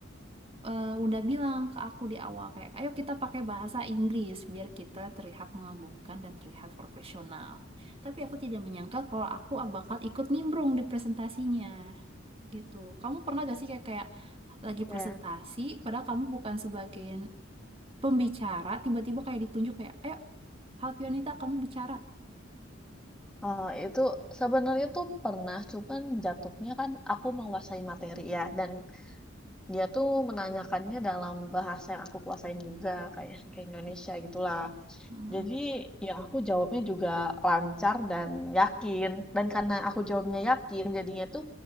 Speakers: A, on the right; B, in the centre.
A: eh, udah bilang ke aku di awal kayak, ayo kita pakai bahasa Inggris biar kita terlihat mengagumkan dan terlihat profesional. Tapi aku tidak menyangka kalau aku bakal ikut nimbrung di presentasinya gitu. Kamu pernah gak sih kayak kayak lagi
B: Ya.
A: presentasi, padahal kamu bukan sebagai pembicara, tiba-tiba kayak ditunjuk kayak, ayo Halpionita kamu bicara.
B: Oh, itu sebenarnya tuh pernah, cuman jatuhnya kan aku menguasai materi ya, dan dia tuh menanyakannya dalam bahasa yang aku kuasain juga, kayak ke Indonesia gitulah.
A: Hmm.
B: Jadi ya aku jawabnya juga lancar dan yakin. Dan karena aku jawabnya yakin, jadinya tuh